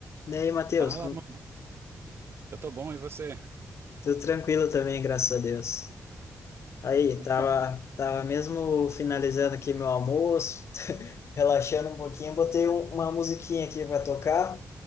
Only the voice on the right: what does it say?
Fala,
mano. Eu tô bom, e você?
Então,